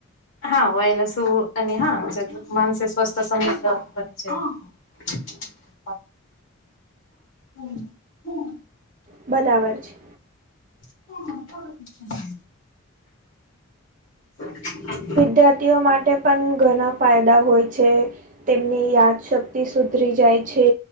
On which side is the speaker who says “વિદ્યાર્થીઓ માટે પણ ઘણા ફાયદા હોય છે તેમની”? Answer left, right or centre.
Right